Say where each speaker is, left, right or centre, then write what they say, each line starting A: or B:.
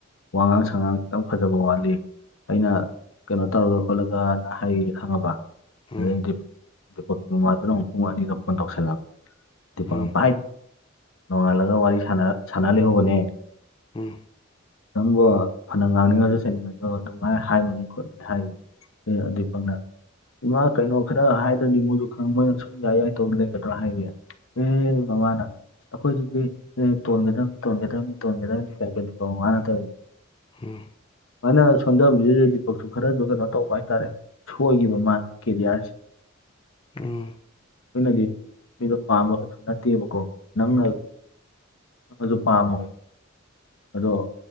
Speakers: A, on the left (about 75°); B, on the left (about 25°).
A: ꯋꯉꯥꯡ ꯁꯉꯥꯡ ꯈꯤꯇꯪ ꯐꯖꯕ ꯋꯥꯠꯂꯤ ꯑꯩꯅ ꯀꯩꯅꯣ ꯇꯧꯔꯒ ꯈꯣꯠꯂꯒꯅ ꯍꯥꯏꯌꯦ ꯈꯪꯉꯕ
B: ꯎꯝ
A: ꯑꯗꯩꯩꯗꯤ ꯗꯤꯄꯛꯀꯤ ꯃꯃꯥꯗꯨꯅ ꯑꯃꯨꯛ ꯄꯨꯡ ꯑꯅꯤꯗ ꯐꯣꯟ ꯇꯧꯁꯜꯂꯛꯑꯕ ꯗꯤꯄꯛꯅ
B: ꯎꯝ
A: ꯄꯥꯏ ꯅꯣꯡꯉꯥꯜꯂꯒ ꯋꯥꯔꯤ ꯁꯥꯟꯅꯔ ꯁꯟꯅ ꯂꯩꯍꯧꯕꯅꯦ꯫
B: ꯎꯝ
A: ꯅꯪꯕꯣ ꯐꯅ ꯉꯥꯡꯅꯤꯡꯉꯁꯨ ꯆꯩꯅꯤꯡꯉꯁꯨ ꯑꯗꯨꯃꯥꯏꯅ ꯍꯥꯏꯅꯨꯅꯦ ꯈꯣꯠꯅꯨ ꯍꯥꯏꯅꯦ ꯗꯤꯄꯛꯅ ꯏꯃꯥ ꯀꯩꯅꯣ ꯈꯔ ꯍꯥꯏꯗ꯭ꯔꯗꯤ ꯃꯣꯏꯁꯨ ꯈ ꯃꯣꯏꯅ ꯁꯨꯝ ꯌꯥꯏ-ꯌꯥꯏ ꯇꯧ ꯂꯩꯒꯗ꯭ꯔꯥ ꯍꯥꯏꯌꯦ ꯎꯝ ꯃꯃꯥꯅ ꯑꯩꯈꯣꯏꯁꯤꯗꯤ ꯇꯣꯟꯒꯗꯕꯅꯤ ꯇꯣꯟꯒꯗꯕꯅꯤ ꯇꯣꯟꯒꯗꯕꯅꯤ ꯀꯥꯏ ꯗꯤꯄꯛ ꯃꯃꯥꯅ ꯇꯧꯔꯤꯅꯦ
B: ꯍꯝ꯫
A: ꯁꯨꯃꯥꯏꯅ ꯁꯣꯟꯗꯕ ꯗꯤꯄꯛꯁꯨ ꯈꯔꯁꯨ ꯀꯩꯅꯣ ꯇꯧꯕ ꯍꯥꯏꯇꯔꯦ ꯁꯣꯏꯈꯤꯕ ꯃꯥꯒꯤ ꯀꯦꯔꯤꯌꯥꯔꯁꯦ꯫
B: ꯎꯝ꯫
A: ꯑꯗꯨꯅꯗꯤ ꯃꯤꯗꯣ ꯄꯥꯝꯕ ꯈꯛꯇ ꯅꯠꯇꯦꯕꯀꯣ ꯅꯪꯅ꯫ ꯑꯃꯁꯨ ꯄꯥꯝꯃꯣꯏ ꯑꯗꯣ